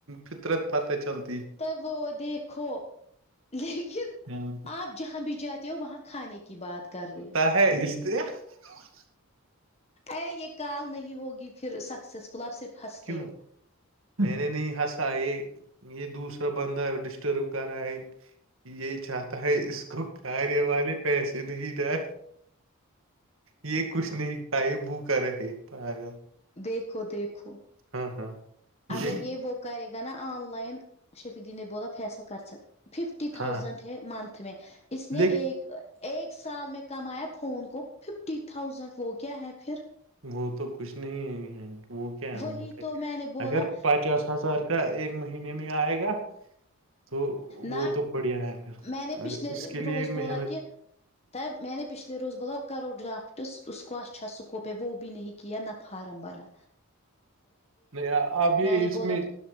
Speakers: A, on the right; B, on the left.
A: فطرت پتہ چلتی
B: ت وہ دیکھو لیکن
A: مطلب
B: آپ جہاں بھی جاتے ہو وہاں کھانے کی بات کر رہے
A: ہ ہج د ہے <inaudible>
B: ا یہ کال نہیں ہوگی پھر سکسیسفل آپ صرف ہنستے
A: کیوں
B: ہو
A: میں نے نہیں ہنسا یہ یہ دوسرا بندہ ڈسٹرب کر رہا ہے یہ چاہتا ہے اس کو کارے والے پیسے نہیں ڈ یہ کچھ نہیں کائے بو کر رہے پ گ
B: دیکھو دیکھو
A: ہاں ہاں مجھے
B: اگر یہ وہ کرے گا نا آن لائن شفیق دین بولا فیصل کر سک ففٹی
A: ہاں
B: تھاؤزینڈ ہے منتھ میں اس نے
A: لیک
B: ایک ایک سال میں کمایا فون کو ففٹی تھاؤزینڈ وہ کیا ہے پھر
A: وہ تو کچھ نہیں ہے یہین وہ کیا ہے
B: وہی تو میں نے بولا
A: اگر پچاس ہزار کا ایک مہینے میں آئے گا تو
B: ن
A: وہ تو بڑھیا ہے پھر
B: میں نے
A: اگر
B: پچھلے
A: اس کے لیے
B: روز بولا
A: محنت
B: کہ ت میں نے پچھلے روز بولب کرو ڈرافٹس اس کو اچھا سکوپ ہے وہ بھی نہیں کیایا نا فارم بارا
A: نہیں اب یہ
B: نے
A: اس
B: بولا
A: میں